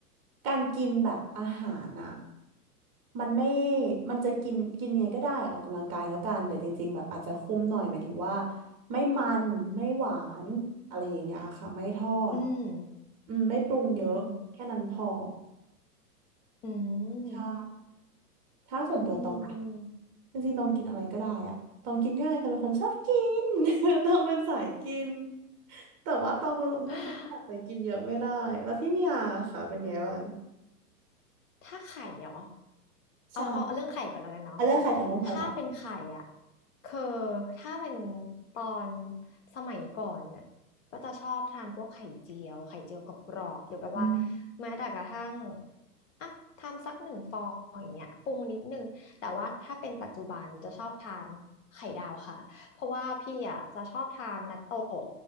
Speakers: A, on the right (about 25°); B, on the left (about 55°).
A: การกินแบบอาหารอะมันไม่มันจะกินกินไงก็ได้ออกกำลังกายแล้วกันแต่จริงๆแบบอาจจะคุมหน่อยหมายถึงว่าไม่มันไม่หวานอะไรอย่างเงี้ยค่ะไม่ทอด
B: อืม
A: อืมไม่ปรุงเยอะแค่นั้นพอ
B: อืมอืม
A: ใช่ ถ้าส่วนตัวตองนะ
B: อืมอืม
A: จริงๆตองกินอะไรก็ได้อะตองกินง่ายตองเป็นคนชอบกิน <laughs> ตองเป็นสายกินแต่ว่าตองเป็นคนอยากไปกินเยอะไม่ได้แล้วพี่มียาค่ะเป็นไงบ้าง
B: <laughs> ถ้าไข่เหรอเอาเอาเอาเรื่องไข่ก่อนแล้วกันเนาะ
A: ใช่เอาเรื่องใครก่อนเรื่องใครก่อน
B: ถ้าเป็นไข่อ่ะคือถ้าเป็นตอนสมัยก่อนน่ะก็จะชอบทานพวกไข่เจียวไข่เจียวกรอบๆหรือแบบว่า
A: อืม
B: แม้แต่กระทั่งอ่ะทำสักหนึ่งฟองอย่างเงี้ยปรุงนิดนึงแต่ว่าถ้าเป็นปัจจุบันจะชอบทานไข่ดาวค่ะเพราะว่าพี่อ่ะจะชอบทานนัตโตะ